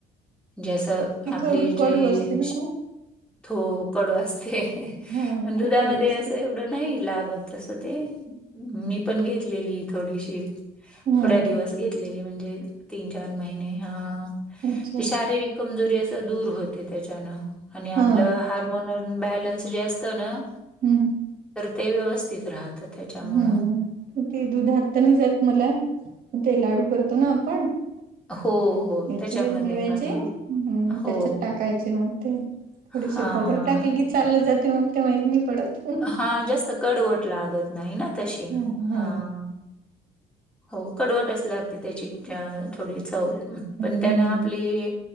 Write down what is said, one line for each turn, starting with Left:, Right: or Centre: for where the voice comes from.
Centre: जसं
Right: ती
Centre: आपलीं
Right: खडू
Centre: जी
Right: कडू असते ना खूप
Centre: हो कडूं असतें
Right: हा
Centre: पणं
Right: खूप
Centre: दुधामंध्ये
Right: कडू असते
Centre: असं एवढं दडाई नाहीं लागतं तसं ते मी पणं घेतलेली थोडीशी
Right: हा
Centre: थोड्यां दिवस घेतलेली म्हणजे तीन चार महिने हां
Right: अच्छा
Centre: ती शारीरिक कमजोरी असं दूर होते त्यांच्यानं आणि आपलं
Right: हा
Centre: हार्मोन्स बॅलन्स जे असतं नां
Right: हम्मं
Centre: ते व्यवस्थितं राहतं त्याच्यामुळं.
Right: हम्मं ते दुधांत तरं नाहीं जातं मला ते लांडू करतों नां आपणं
Centre: हो, हो.
Right: यांचे
Centre: त्याच्यामध्ये
Right: मेव्यांचे
Centre: पण
Right: हम्मं
Centre: हो.
Right: त्यांच्यात टाकांयचे मंग ते थोडीशी
Centre: हां.
Right: पावडर टाकली की चाललं जाते मंग ते माहीत नाहीं पडतं
Centre: हां जास्तं कडवंट लागतं नाहीं नां तशी
Right: हा
Centre: हां हो कडवंटच लागते त्यांची थोडी चव
Right: हम्म
Centre: पणं त्यांन आपलीं